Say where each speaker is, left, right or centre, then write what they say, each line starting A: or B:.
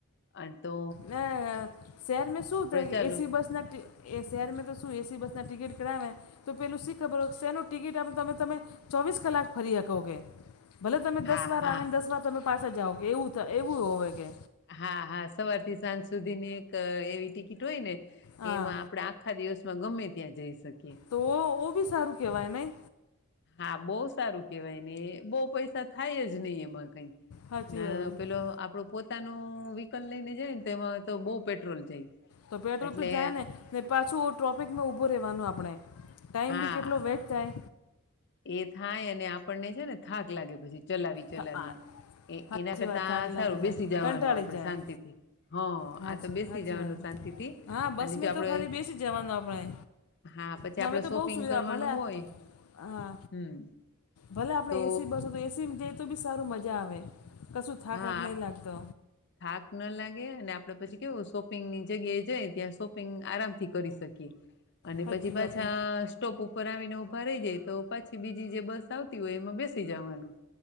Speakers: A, on the left; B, on the left.
A: અંતો
B: ના શહેરમાં શું થાય
A: ચાલો
B: એસી બસ ના ટી એ શહેરમાં તો શું એસી બસના ટિકિટ કરાવે. તો પેલું શી ખબર હો શેનો ટિકિટ આપ તમે તમે ચોવીસ કલાક ફરી હકો કે. ભલે તમે
A: હા
B: દસ વાર
A: હા
B: આવી ને દસ વાર તમે પાછા જાઓ કે એવું એવું હોવે કે.
A: હા હા સવાર થી સાંજ સુધી ની એક એવી ટિકિટ હોય ને
B: હા
A: એમાં. આખા દિવસમાં ગમે ત્યાં જઈ શકે
B: તો ઓ બી સારું કેવાય નઈ
A: આ બોસ સારું કેવાય ને બો પૈસા થાય જ ની એમાં કઈ
B: સાચી
A: ને
B: વાત
A: પેલો આપડો. પોતાનું વ્હીકલ લઈ ને જાય ને તેમાં તો બો પેટ્રોલ જાય.
B: તો પેટ્રોલ
A: એટલે
B: તો જાય ને ને પાછું ટ્રોફિકમાં ઉભો રહેવાનું આપણે. ટાઈમ
A: હા
B: બી કેટલો વેસ્ટ થાય
A: એ થાય અને આપણને છે ને થાક લાગે પછી ચલાવી ચલાવીને
B: થાય
A: એ
B: સાચી
A: એના કરતા
B: વાત થાક
A: આ સારું
B: લાગી
A: બેસી
B: જાય
A: જવાનું
B: કંટાળી
A: આપડે
B: જાય
A: શાંતિથી. હ
B: હાચી
A: આ તો બેસી
B: હાચી
A: જવાનું
B: વાત
A: શાંતિથી
B: હા બસ
A: અને
B: મેં
A: જો આપડે.
B: તો ખાલી બેસી જ જવાનું આપણે
A: હા પછી
B: ને
A: આપડે
B: હવે તો
A: શોપિંગ
B: બહુ સુવિધા
A: કરવાનું
B: ભલે
A: હોય.
B: હા,
A: હમ
B: ભલા આપડ
A: તો
B: એસી બસો તો એસી જઈ તો બી સારું મજા આવે. કશું થાકા
A: હા
B: હાક નહીં લાગતો.
A: થાક ન લાગે, અને આપણેે પછી કેવું શોપિંગની જગ્યાએ જાય ત્યાં શોપિંગ આરામથી કરી શકીએ. અને
B: સાચી
A: પછી પાછા
B: વાત છે
A: સ્ટોપ ઉપર આવીને ઉભા રહી જાય તો, પાછી બીજી જે બસ સ આવતી હોય એમાં બેસી જવાનું,